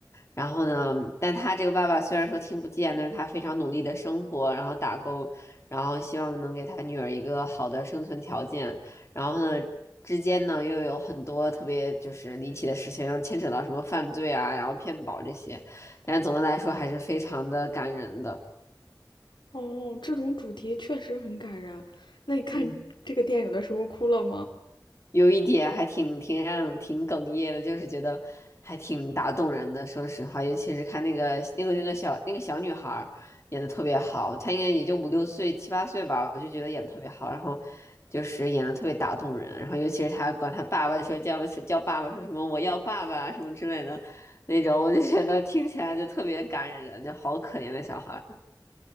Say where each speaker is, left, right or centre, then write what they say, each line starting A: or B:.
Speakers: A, on the left; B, on the left.
A: 然后呢，但他这个爸爸虽然说听不见，但是他非常努力的生活，然后打工，然后希望能给他女儿一个好的生存条件，然后呢。之间呢，又有很多特别就是离奇的事情，又牵扯到什么犯罪啊，然后骗保这些，但是总的来说还是非常的感人的。
B: 哦，这种主题确实很感人。那你看这个电影的时候哭了吗？
A: 嗯。有一点还挺挺让挺哽咽的，就是觉得还挺打动人的。说实话，尤其是看那个那个那个小那个小女孩儿演的特别好，她应该也就五六岁七八岁吧，我就觉得演的特别好，然后就是演的特别打动人。然后尤其是她管她爸爸说叫叫爸爸，说什么我要爸爸什么之类的那种，我就觉得听起来就特别感人，就好可怜的小孩儿。